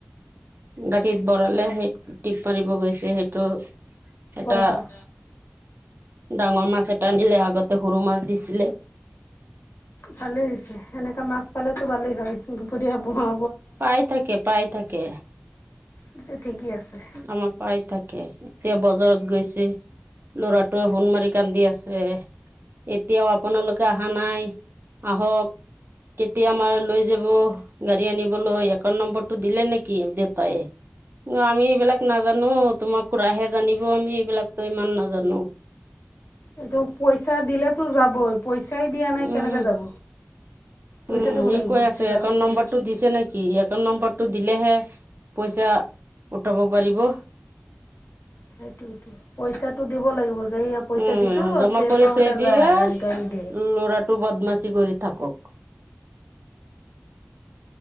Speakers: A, on the right; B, on the left.
A: গাঁঠিত বৰালে সেই টিপ মাৰিব গৈছে সেইটো। এটা
B: পৰা, পৰা।
A: ডাঙৰ মাছ এটা নিলে আগতে সৰু মাছ দিছিলে
B: ভালেই হৈছে, এনেকা মাছ পালেটো ভালেই হয় দুপৰীয়া বোহা
A: পাই থাকে, পাই থাকে।
B: এতিয়া ঠিকেই আছে।
A: আমাৰ পাই থাকে। সেয়া বজাৰত গৈছে লৰাটোৱে সোণ মাৰি কান্দি আছে এতিয়াও আপোনালোকে অহা নাই আহক কেতিয়া মাৰ লৈ যাব গাড়ী আনিবলৈ একাউণ্ট নম্বৰটো দিলে নেকি দেউতাইে <unintelligible> অ আমি এইবিলাক নাজানো তোমাৰ খুৰাহে জানিব আমি এইবিলাকতো ইমান নাজানোঁ <unintelligible>
B: এইটো পইচা দিলেতো যাবই পইচাই দিয়া নাই কেনেকে
A: উম
B: যাব পইচা
A: উম
B: দিব
A: সি
B: লাগিব
A: কৈ আছে
B: যাওক
A: একাউণ্ট
B: গ'লে।
A: নম্বৰটো দিছে নেকি একাউণ্ট নম্বৰটো দিলেহে পইচা উঠাব পাৰিব
B: সেইটো পইচাটো দিব লাগিব যে ইয়া পইচা
A: উম
B: দিছোঁ
A: জমা
B: তে
A: কৰি
B: তহঁতে
A: থৈ দিয়ে
B: যা গাড়ীটো আনি দে
A: লৰাটো বদমাচি কৰি থাকক